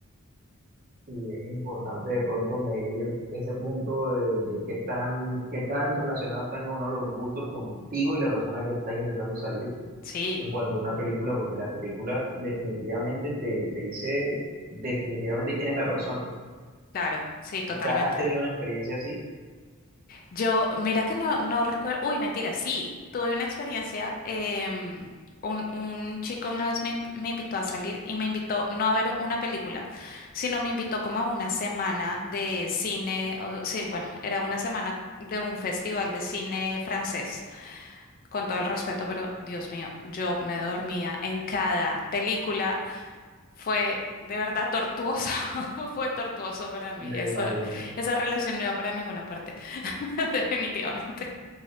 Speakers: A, on the right; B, on the left.
A: Y es importante de pronto medir ese punto de, de qué tan, qué tan relacionados están o no los gustos contigo y la persona que está intentando salir
B: Sí,
A: en cuanto a una película, porque la película definitivamente te, te dice definitivamente quién es la persona.
B: claro, sí, totalmente.
A: ¿Te ¿Has tenido una experiencia así?
B: Yo, mira que no, no recuerdo, uy, mentira, sí, tuve una experiencia, em, un, un chico una vez me, in- me invitó a salir y me invitó no a ver una película, sino me invitó como a una semana de cine, o- sí, bueno, era una semana de un festival de cine francés, con todo el respeto, pero Dios mío, yo me dormía en cada película, fue de verdad tortuoso, <laughs> fue tortuoso para mí,
A: Me
B: eso,
A: imagino.
B: esa relación no iba para ninguna parte, <laughs> definitivamente.